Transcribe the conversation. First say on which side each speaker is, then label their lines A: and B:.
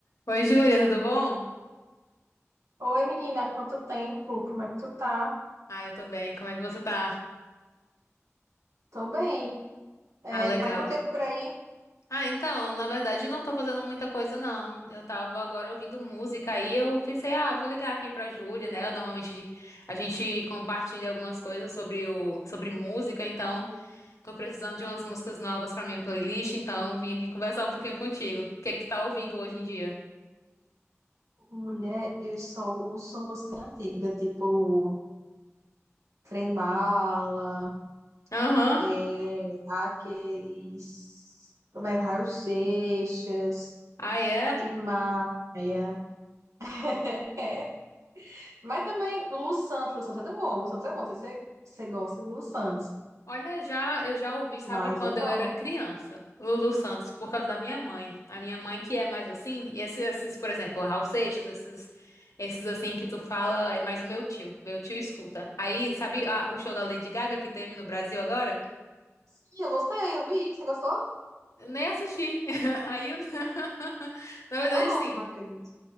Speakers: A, on the left (about 80°); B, on the right (about 85°).
A: Oi, Júlia, tudo bom?
B: Oi, menina, quanto tempo? Como é que tu tá?
A: Ah, eu tô bem. Como é que você tá?
B: Tô bem. É,
A: Ah, legal.
B: fazendo o que por aí?
A: Ah, então, na verdade, não tô fazendo muita coisa, não. Eu tava agora ouvindo música aí eu pensei, ah, vou ligar aqui pra Júlia, né? Eu, normalmente a gente compartilha algumas coisas sobre o, sobre música, então tô precisando de umas músicas novas pra minha playlist, então vim aqui conversar um pouquinho contigo. O que é que tu tá ouvindo hoje em dia?
B: Mulher, eu sou, eu sou música antiga, tipo Trembala,
A: Aham.
B: é, aqueles. Como é? Raul Seixas,
A: Ah, é?
B: Tim Maia. <laughs> Mas também Lu Santos, Lu Santos é bom, Lu Santos é bom, não sei se você, você gosta de Lu Santos,
A: Olha, já eu já ouvi, sabe,
B: mas
A: quando
B: é bom.
A: eu era criança, Lulu Santos, por causa da minha mãe. A minha mãe que é mais assim, esses, esses, por exemplo, Raul Seixas, esses, esses assim que tu fala, é mais o meu tio. Meu tio escuta. Aí, sabe, a- o show da Lady Gaga que teve no Brasil agora?
B: Sim, eu gostei, eu vi, você gostou?
A: Eu nem assisti. <laughs> Aí, eu... <laughs> na verdade,
B: Nossa,
A: assim,
B: não acredito.